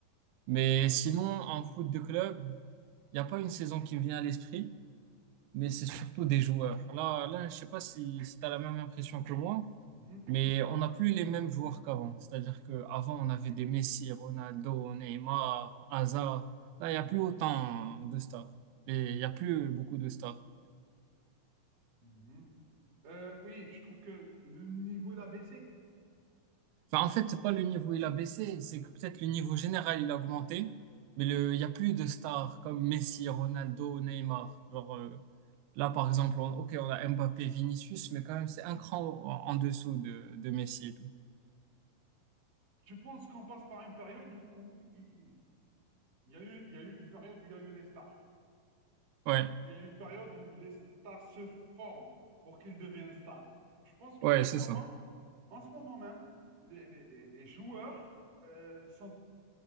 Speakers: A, on the right (about 85°); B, on the right (about 65°).
A: Mais sinon, en foot de club, il n'y a pas une saison qui me vient à l'esprit. mais c'est surtout des joueurs. Là, là, je sais pas si, si tu as la même impression que moi,
B: Mhm,
A: mais on n'a plus les mêmes joueurs qu'avant. C'est-à-dire qu'avant, on avait des Messi, Ronaldo, Neymar, Hazard. Là, il n'y
B: mhm,
A: a plus autant de stars. Et il n'y a plus beaucoup de stars.
B: mhm. Euh, oui, tu trouves que le niveau, il a baissé? Euh,
A: Enfin, en fait, c'est pas le niveau il a baissé, c'est que peut-être le niveau général il a augmenté, mais le, il n'y a plus de stars comme Messi, Ronaldo, Neymar. Genre, euh, là, par exemple, on- ok, on a Mbappé, Vinicius, mais quand même, c'est un cran en, en dessous de, de Messi et tout.
B: Je pense qu'on passe par une période où, où- où il, il y a eu, il y a eu une période où il y a eu les stars.
A: Ouais.
B: Il y a une période où les stars se forment pour qu'ils deviennent stars. Je pense qu'en
A: Ouais, c'est
B: ce moment,
A: ça.
B: en ce moment même, les, les- les- les joueurs euh, sont